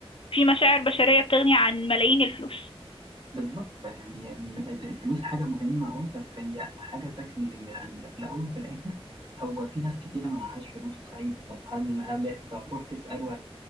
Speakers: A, on the left; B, on the right.
A: في مشاعر بشرية بتغني عن ملايين الفلوس
B: بالظبط فيعني آم، ال- الفلوس حاجه مهمه اه بس هي حاجه تكميليه لان في الاول وفي الاخر هو في ناس كتيره ما معهاش فلوس وسعيده طب هل هل انت هتروح تساله قلت